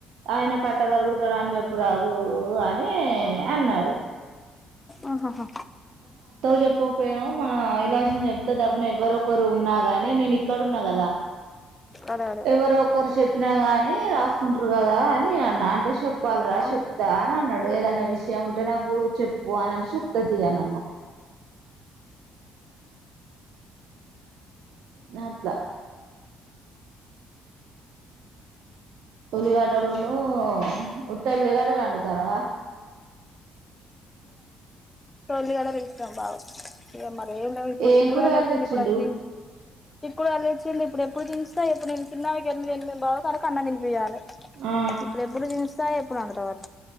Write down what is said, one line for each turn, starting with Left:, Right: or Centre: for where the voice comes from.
Right: ఆయన కట్టగరుగుతాడు అని చెప్పు రాదు అని అన్నాడు
Left: ఆహహా
Right: చెప్పకపోయాను మన ఇలాష్ని చెప్తతే డబును ఎవ్వరొ ఒకరు ఉన్నా గాని నేను ఇక్కడ ఉన్నా కదా
Left: అదే అదే
Right: ఎవరు ఒకరు చెప్ చెప్పినా గాని రాసుకుంటారు కదా అని నేను అన్న అంటే చెప్ా ప్పల్రా
Left: ఆ
Right: చెప్తా నడు ప్పుడు ఏదన్న విషయం ఉంటే నాకు చెప్పు అని అంటే చెప్త తీ అన అన్న నాట్లా ఉల్లిగాటలోన్న ఉత్త ఉల్లిగాటలాడు తారవా
Left: తొలిగాల ఇష్టభావ ఇ మరి ఏం లే ఇప్పుడు
Right: ఏం
Left: చిక్కుడు
Right: కూరగాయలు
Left: వళ్ళ వచ్చిడి
Right: తెచ్చిండ్రు
Left: ఇప్పుడు వి చిక్కుడు వాళ్ళ ం ఇప్పుడు ఎప్పుడు తిస్తా ఎప్పుడు నేను చిన్నవి ఒక ఎనిమిది ఎనిమిది బా సరకు కన్నా తినిపియాలి
Right: ఆ
Left: ఇప్పుడ ఎప్పుడు జ సాయప్పుడు అంట తవాత